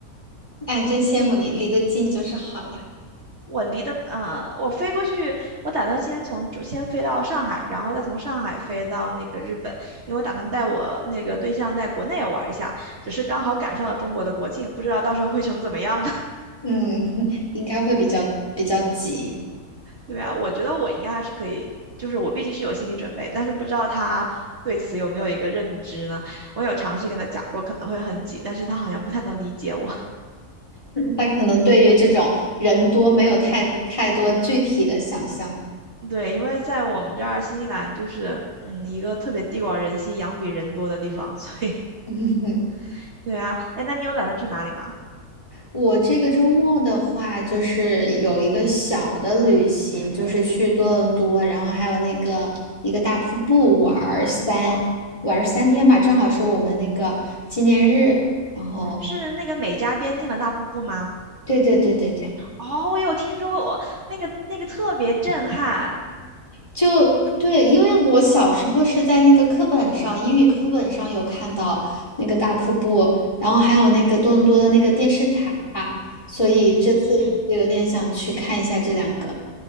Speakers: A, on the left; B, on the right.
A: 哎，真羡慕你，离得近就是好呀。
B: 我离的呃，我飞过去，我打算先从先飞到上海，然后再从上海飞到那个日本，因为我打算带我那个对象在国内玩一下，只是刚好赶上了中国的国庆，不知道到时候会成怎么样呢。
A: 嗯，<laughs> 应该会比较比较急。
B: 对啊，我觉得我应该还是可以，就是我毕竟是有心理准备，但是不知道他对此有没有一个认知呢？我有尝试跟他讲过可能会很挤，但是他好像不太能理解我。
A: 他可能对于这种人多没有太太多具体的想象。
B: <laughs> 对，因为在我们这儿新西兰就是嗯一个特别地广人稀、羊比人多的地方，所以
A: <laughs>
B: <laughs> 对啊，哎，那你有打算去哪里吗？
A: 我这个周末的话，就是有一个小的旅行，就是去多伦多，然后还有那个一个大瀑布玩儿三玩儿三天吧，
B: 哦，
A: 正好是我们那个纪念日。然后，
B: 是那个美加边境的大瀑布吗？
A: 对对对对对，
B: 哦，我有听说过，我那个那个特别震撼。
A: 就对，因为我小时候是在那个课本上，英语课本上有看到那个大瀑布，然后还有那个多伦多的那个电视塔，所以这次就有点想去看一下这两个
B: 嗯，